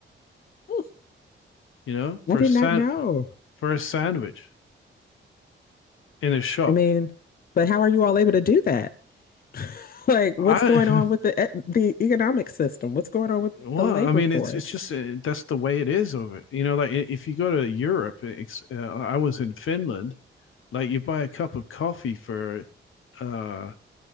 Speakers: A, on the left; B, on the left.
A: Hmm.
B: you know, for
A: I did
B: a san
A: not know.
B: for a sandwich in a shop.
A: I mean, but how are you all able to do that? <laughs> Like, what's
B: I
A: going on with the e- the economic system? What's going
B: <laughs>
A: on with
B: well,
A: the labor
B: I mean,
A: force?
B: it's it's just uh, that's the way it is over. You know, like if you go to Europe, uh, I was in Finland. Like you buy a cup of coffee for uh